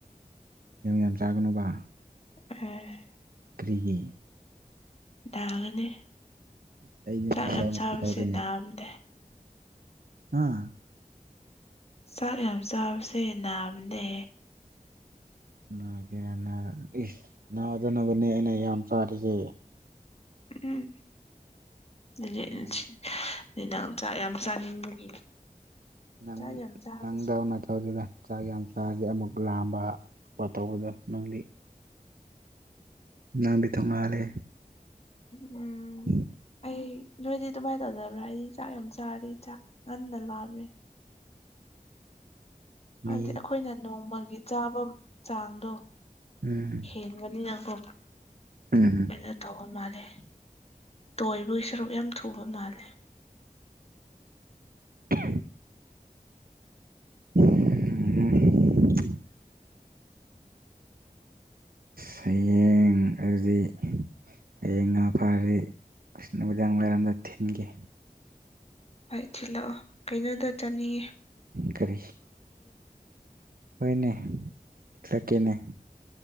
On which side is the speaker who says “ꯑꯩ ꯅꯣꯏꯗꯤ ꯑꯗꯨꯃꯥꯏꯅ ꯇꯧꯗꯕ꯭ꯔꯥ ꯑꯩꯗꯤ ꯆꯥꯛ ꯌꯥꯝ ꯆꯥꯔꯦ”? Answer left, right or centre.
Left